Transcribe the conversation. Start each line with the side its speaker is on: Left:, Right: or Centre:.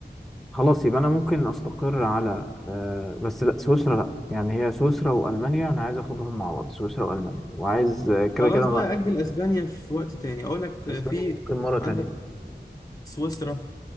Centre: خلاص يبقى انا ممكن استقر على آه بس لا سويسرا لا يعني هي سويسرا والمانيا انا عايز اخدهم مع بعض سويسرا والمانيا وعايز آه، كده
Left: خلاص
Centre: كده
Left: بقى
Centre: بقى
Left: أجل أسبانيا في وقت تاني أقول لك آه،
Centre: اسبانيا
Left: في
Centre: دي ممكن مره تانية
Left: عندك
Centre: بقى.
Left: سويسرا